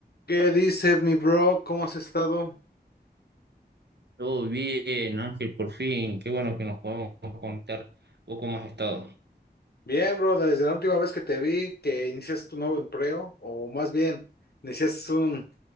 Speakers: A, on the left; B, on the right.
A: ¿Qué dice mi bro? ¿Cómo has estado?
B: Todo bien, Ángel, por fin. Qué bueno que nos podemos contar un poco más estado.
A: Bien, bro, desde la última vez que te vi, que iniciaste tu nuevo empleo, o más bien, iniciaste un,